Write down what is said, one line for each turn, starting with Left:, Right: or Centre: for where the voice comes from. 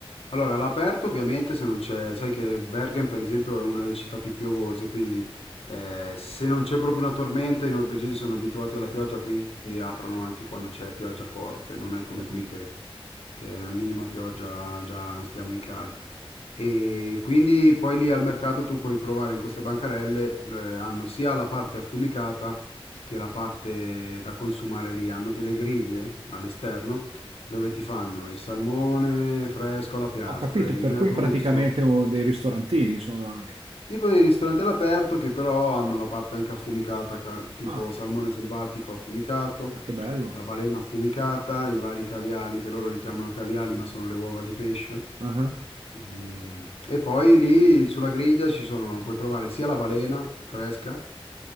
Left: Allora, all'aperto ovviamente se non c'è, sai che Bergen per esempio è una delle città più piovose, quindi eh, se non c'è proprio una tormenta i norvegesi sono abituati alla pioggia, quindi aprono anche quando c'è pioggia forte, non è come
Right: Ho capito.
Left: qui che che è una minima pioggia, già stiamo in casa. E quindi poi lì al mercato tu puoi provare in queste bancarelle, eh, hanno sia la parte affumicata che la parte da consumare lì, hanno delle griglie all'esterno dove ti fanno il salmone fresco alla piastra,
Right: Ho capito,
Left: il
Right: per
Left: merluzzo,
Right: cui è praticamente uno dei ristorantini sono anche.
Left: tipo dei ristoranti all'aperto che però hanno la parte anche affumicata, ca- tipo
Right: Ah,
Left: salmone selvatico affumicato,
Right: ma che bello.
Left: la balena affumicata, i vari caviali che loro li chiamano caviali ma sono le uova di pesce.
Right: Ah, ah.
Left: E, e poi lì sulla griglia ci sono, puoi provare sia la balena fresca